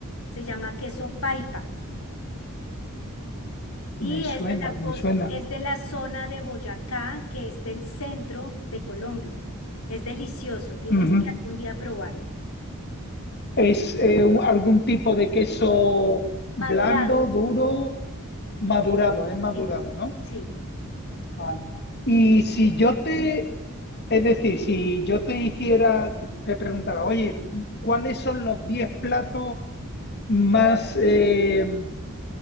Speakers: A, on the left; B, on the left.
A: Se llama queso Paipa y
B: me suena,
A: es de la
B: me
A: cos-
B: suena.
A: es de la zona de Boyacá, que es del centro de Colombia. Es delicioso, tienes
B: Ujú.
A: que algún día probarlo.
B: ¿Es eh, un- algún tipo de queso blando,
A: Madurado,
B: duro, madurado? Es madurado,
A: Sí,
B: ¿no?
A: sí,
B: Vale. Y si yo te, es decir, si yo te hiciera, te preguntara, oye, ¿cuáles son los 10 platos más... eh,